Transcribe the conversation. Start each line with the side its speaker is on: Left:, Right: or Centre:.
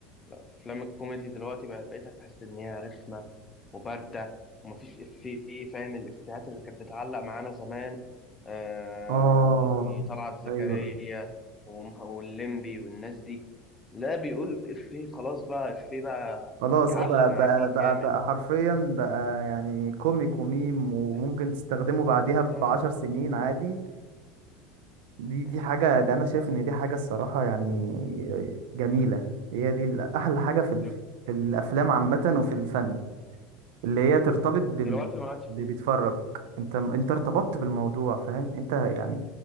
Left: لا، افلام الكوميدي دلوقتي بقى- بقيت احس ان هي رخمه وبارده ومفيش افيه فاهم الافيهات اللي كانت بتعلق معانا زمان آه
Right: آه
Left: يعني طلعت زكريا
Right: أيوه
Left: وم- واللمبي والناس دي لا بيقول افيه خلاص بقى افيه بقى
Right: خلاص
Left: يعلق
Right: اه بقى
Left: مع
Right: بقى
Left: جيل
Right: بقى
Left: كامل
Right: بقى حرفيا بقى يعني كوميك وميم وممكن
Left: دل...
Right: تستخدمه بعديها
Left: اه
Right: بعشر سنين عادي دي دي
Left: آه.
Right: حاجة ده أنا شايف إن دي حاجة الصراحة يعني جميلة هي دي أحلى حاجة في ال-
Left: دل...
Right: في الأفلام عامة وفي الفن اللي هي ترتبط بال
Left: دلوقتي ما عادش فيه
Right: اللي بيتفرج أنت أنت ارتبطت بالموضوع فاهم أنت يعني